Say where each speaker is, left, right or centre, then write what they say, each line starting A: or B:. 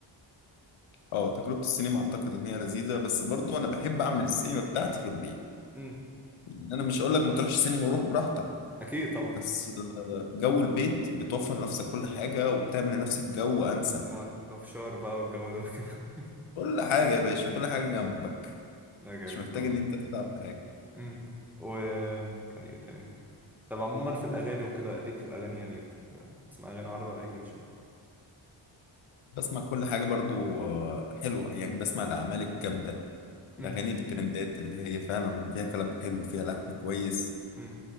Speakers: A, on the left; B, in the centre.
A: اه تجربة السينما اعتقد ان هي لذيذة بس برضو انا بحب اعمل السينما بتاعتي في البيت
B: امم
A: يعني انا مش هقول لك ما تروحش السينما وروح براحتك
B: أكيد طبعا
A: بس آه، جو البيت بتوفر لنفسك كل حاجة وبتعمل لنفسك جو انسب
B: اه اوف شور بقى والجو ده وكده <laughs>
A: كل حاجة يا باشا كل حاجة جنبك
B: لا جميل
A: مش محتاج
B: والله
A: ان انت تتعب في حاجة
B: امم وكان ايه تاني طب عموما في الاغاني وكده ليك في الاغاني يعني بت- بتسمع اغاني عربي ولا انجليش ولا ايه
A: بسمع كل حاجة برضو آه، حلوة يعني بسمع الاعمال الجامدة
B: امم
A: الاغاني الترندات اللي هي فعلا فيها كلام حلو فيها لحن كويس
B: امم